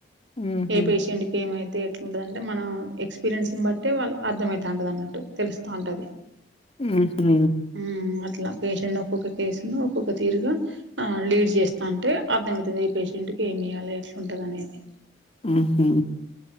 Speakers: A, on the left; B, on the right.
A: ఉహు
B: ఏ పేషెంట్కి ఏమయితే ఎట్లుంటదంటే మనం ఎక్స్పీరియన్స్ని బట్టి వాళ్ళు అర్థమవుతా ఉంటది అన్నట్టు తెలుస్తా ఉంటది
A: ఉ హ్
B: ఉ అట్లా పేషెంట్ ఒక్కొక్క కేసు ను ఒక్కొక్క తీరుగా ఆ లీడ్ చేస్తాంటే అర్థమయితది ఏ పేషెంట్ కి ఏమియ్యాలి ఎట్లుంటది అనేది.
A: ఆహా